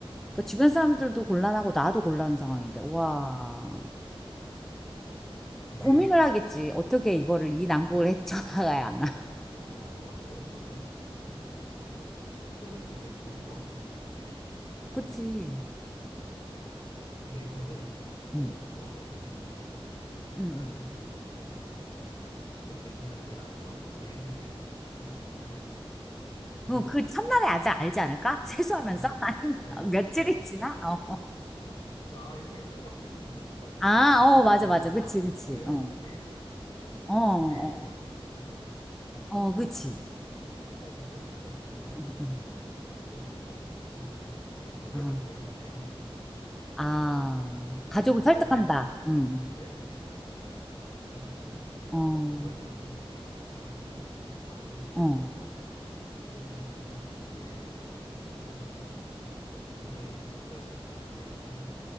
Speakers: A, in the centre; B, on the left.
A: 그
B: 음,
A: 주변 사람들도 곤란하고 나도 곤란한 상황인데, 와.
B: 음, 음. 되게,
A: 고민을 하겠지.
B: 띠,
A: 어떻게 이거를,
B: 어,
A: 이 난국을 헤쳐나가야 하나. <laughs>
B: 어, 맞아. 엄청 이거, 이거 사실 진짜 뭐, 어떻게 해야 될지 되게 모를 것 같긴 해, 사실. 그지?
A: 그치.
B: 음. 근데 이거를 예전에
A: 응,
B: 뭐 영화가 이런 게 나온 게 있었는데
A: 응,
B: 나는
A: 응.
B: 만약에 이런 상황이 되면 며칠이 지나면 내가 알 거 아니야. 매일매일 내 얼굴이 바뀐다는 거를. 그래서
A: 뭐, 그 첫날에 아직 알지 않을까? <laughs> 세수하면서?
B: 어, 첫,
A: <laughs>
B: 어, 어, 그치.
A: 아니, 며칠이
B: 첫날에 알지.
A: 지나?
B: 어,
A: 어.
B: 어. 그러니까 아, 이게 또 바뀌는구나. 또 바뀌는구나.
A: 아,
B: 이제
A: 어,
B: 며칠이
A: 맞아,
B: 지나고
A: 맞아.
B: 나면
A: 그치,
B: 아,
A: 그치.
B: 내 얼굴은
A: 어,
B: 매일매일 바뀌는 거구나.
A: 어, 어,
B: 그럼 내일도 바뀌겠구나라고 하는 걸 알면
A: 어, 그치.
B: 일단 가족들한테는
A: 어,
B: 어,
A: 어.
B: 그걸 쓸 것 같아. 편지를. 그래서 <laughs> 내
A: 아.
B: 얼굴은 매일매일 바뀝니다.
A: 아, 가족을
B: 하지만
A: 설득한다.
B: 내 안에,
A: 응.
B: 음, 내 안에 생각이나 나는 똑같은 사람이니
A: 어,
B: 놀라지 마세요라고 해서 가족을 설득을 하고,
A: 어.
B: 어, 그걸 그렇게 할 것 같아. 근데 그 외에 밖에 나가서 어떻게 살지는 도저히 못 살 것 같아. <laughs> 난 그냥 그냥